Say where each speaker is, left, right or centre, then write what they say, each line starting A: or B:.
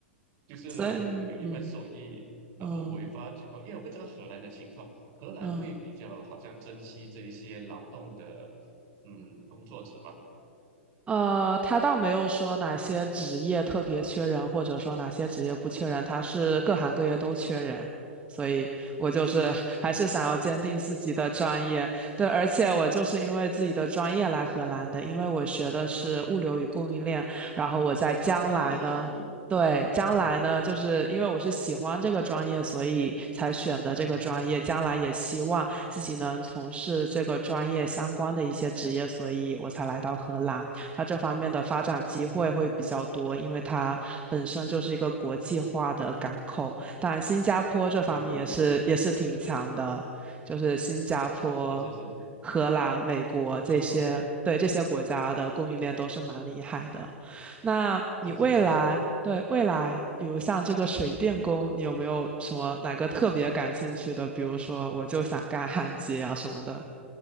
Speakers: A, on the right (about 40°); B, on the right (about 20°).
A: 就是
B: 所以嗯
A: 有一门手艺，然后我也发觉，
B: 嗯
A: 我因为我不知道荷兰的情况，荷兰会比较好像珍惜这一些劳动的，
B: 嗯
A: 嗯，工作者嘛，
B: 呃，他倒没有说哪些职业特别缺人，或者说哪些职业不缺人，他是各行各业都缺人，所以我就是还是想要坚定自己的专业。
A: <laughs> 嗯哼哼，
B: 对，而且我就是因为自己的专业来荷兰的，因为我学的是物流与供应链，然后我在将来呢，
A: <laughs> 啊，嗯
B: 对，将来呢，
A: 哼哼，
B: 就是因为我是喜欢这个专业，所以才选的这个专业，
A: 嗯哼，
B: 将来也希望自己能从事这个专业相关的一些职业，所以我才来到荷兰。它这方面的发展机会会比较多，
A: 嗯哼哼，
B: 因为它本身就是一个国际化的港口。当然，新加坡这方面也是也是挺强的，
A: 对对对对，
B: 就是新加坡、
A: 是是是是，
B: 荷兰、美国这些，
A: 新加坡，
B: 对这些国家的供应链都是蛮厉害的。那你未来，
A: 是是是是，
B: 对，未来，比如像这个水电工，你有没有什么哪个特别感兴趣的？比如说，我就想干焊接啊什么的，